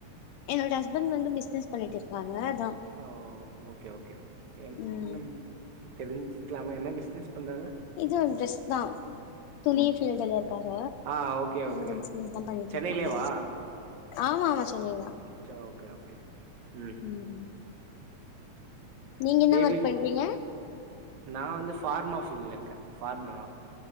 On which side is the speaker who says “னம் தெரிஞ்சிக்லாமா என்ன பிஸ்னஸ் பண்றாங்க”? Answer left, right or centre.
Right